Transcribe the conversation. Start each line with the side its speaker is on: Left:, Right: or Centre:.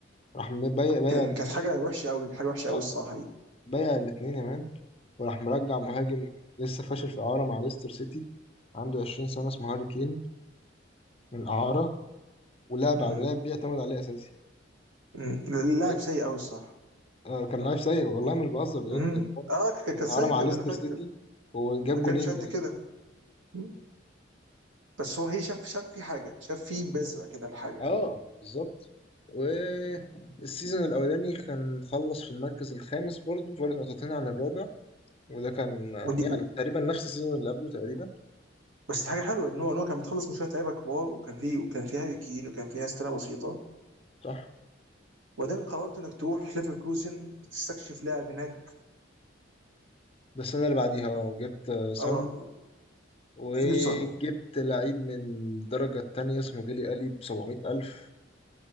Left: راح م- بايع بايع
Right: كان
Left: الاتنين
Right: كانت حاجة وحشة قوي حاجة وحشة
Left: اه
Right: قوي الصراحة
Left: اه
Right: دي
Left: بايع الاتنين يا مان وراح مرجع مهاجم لسه فاشل في إعارة مع ليستر سيتي عنده 20 سنة اسمه هاري كين من الإعارة ولعب
Right: مم.
Left: على لاعب بيعتمد عليه أساسي
Right: مم. اللاعب
Left: أي-
Right: سيء قوي الصح
Left: آه، كان لاعب سيء والله مش بهزر بجد
Right: مم.
Left: يعني هو
Right: اه كان
Left: كان
Right: كان سيء
Left: عارة مع
Right: بجد
Left: ليستر
Right: انا فاكر
Left: سيتي وجاب
Right: ما كانش
Left: جونين
Right: قد
Left: باين
Right: كده مم. بس هو هي شاف شاف في حاجة شاف في بذرة كده لحاجة
Left: اه بالظبط والسيزون الاولاني كان خلص في المركز الخامس برضه فرق نقطتين عن الرابع وده كان آه،
Right: ودي
Left: يعني
Right: و-
Left: تقريبا نفس السيزون اللي قبله تقريبا
Right: بس الحاجة حلوة ان هو ان هو كان متخلص من شوية لعيبة كبار وكان في وكان في هاري كين وكان في ناس تانية بسيطة
Left: صح
Right: وبعدين قررت انك تروح ليفركوزن وتستكشف لاعب هناك
Left: بس انا اللي بعديها اه جبت آه، سون
Right: اه
Left: وجبت
Right: جيبسون
Left: لعيب من الدرجة التانية اسمه ديلي ألي بسبعمية ألف